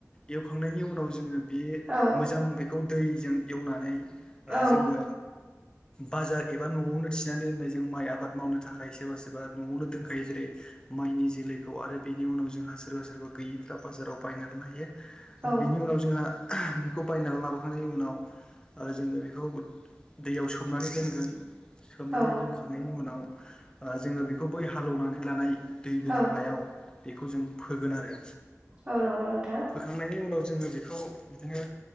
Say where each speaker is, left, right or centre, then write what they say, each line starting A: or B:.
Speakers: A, on the left (about 15°); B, on the right (about 30°).
A: एवखांनायनि उनाव जोङो बेयो
B: औ
A: मोजां बेखौ दैजों एवनानै ओ
B: औ
A: जोङो बाजार एबा न'वावनो थिनानै दोननाय जों माइ आबाद मावनो थाखाय सोरबा सोर बा न'वावनो दोनखायो जेरै माइनि जोलैखौ आरो बेनि उनाव जोंहा सोरबा सोरबा गैयिफ्रा बाजाराव बायनानै लायो।
B: औ
A: बिनि उनाव जोंहा बेखौ बायनानै लाबोखांनायनि उनाव ओ जोङो बेखौ दैयाव सोमनानै दोनगोन सोमनानै
B: औ
A: दोनखांनायनि उनाव ओ जोङो बेखौ बै हालौवनानै लानाय दै गोनां
B: औ
A: हायाव बेखौ जों फोगोन आरो।
B: औ नंगौ नोंथां
A: फोखांनायनि उनाव जोङो बेखौ बिदिनो